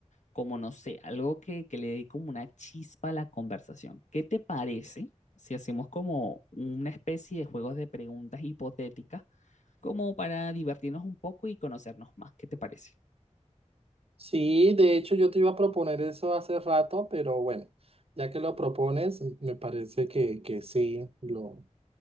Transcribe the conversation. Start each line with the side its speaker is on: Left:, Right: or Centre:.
Left: como no sé, algo que, que le dé como una chispa a la conversación. ¿Qué te parece si hacemos como una especie de juegos de preguntas hipotéticas? como para divertirnos un poco y conocernos más. ¿Qué te parece?
Right: Sí, de hecho yo te iba a proponer eso hace rato, pero bueno, ya que lo propones, me parece que, que sí, lo,